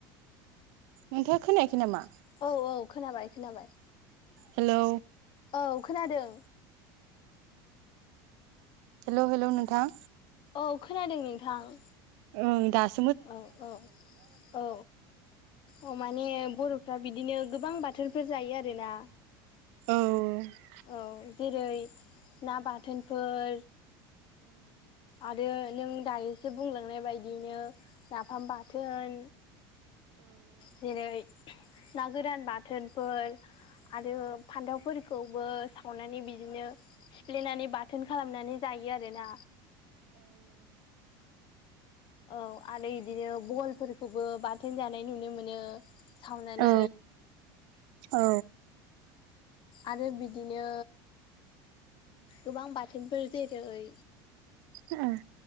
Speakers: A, on the right; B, on the left.
A: नोंथाङा खोनायाखै नामा?
B: औ औ खोनाबाय खोनाबाय
A: हेलौ
B: औ खोनादों।
A: हेलौ हेलौ नोंथां।
B: औ खोनादों नोंथां।
A: ओं दास
B: औ औ औ अ माने बर'फ्रा बिद बिदिनो गोबां बाथोनफोर जायो आरोना
A: आंथ'
B: औ। जेरै ना बाथोनफोर आरो नों दानिसो बुंलांनाय बायदियैनो नाफाम बाथोन जेरै ना गोरान बाथोनफोर आरो फान्थावफोरखौबो सावनानै बिदिनो सिफ्लेनानै बाथोन खालामनानै जायो आरोना। औ आरो बिदिनो बहलफोरखौबो बाथोन जानाय नुनो मोनो। सावनानै
A: औ औ।
B: आरो बिदिनो गोबां बाथोनफोर जेरै
A: ओं।